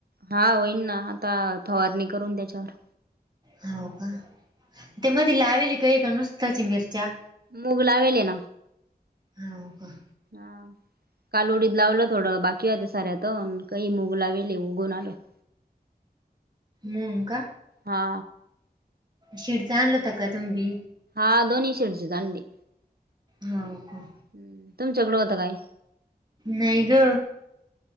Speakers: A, on the right; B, on the right.
A: हा होईन ना आता फवारणी करून त्याच्यावर
B: हो का त्या मध लावेली काही का नुसत्याची मिरच्या
A: मुगला वेले ना
B: हा का
A: हां काल उडीत लावलं थोडं बाकी होते साऱ्यात काही मुग ला वले उघून आलो <inaudible>
B: हनका
A: हा
B: शिडच आणलता का तुम्ही
A: ह धोनी शडीच तडी
B: हो का
A: हम् तुमच्याकडें होतं काय
B: नाही ग